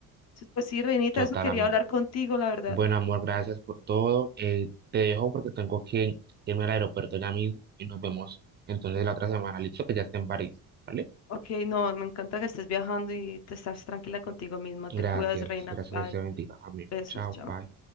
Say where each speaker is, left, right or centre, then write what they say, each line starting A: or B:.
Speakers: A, on the left; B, on the right.
A: Entonces, pues sí, Reinita,
B: total,
A: eso quería
B: amiga.
A: hablar contigo, la verdad.
B: Bueno, amor, gracias por todo. Eh, te dejo porque tengo que irme al aeropuerto ya mismo y nos vemos entonces la otra semana. Listo, que ya esté en París, ¿vale?
A: Ok, no, me encanta que estés viajando y te estás tranquila contigo misma.
B: Gracias,
A: Te cuidas, reina.
B: gracias,
A: Bye.
B: que se bendiga. Amén.
A: Besos,
B: Chao,
A: chao.
B: bye.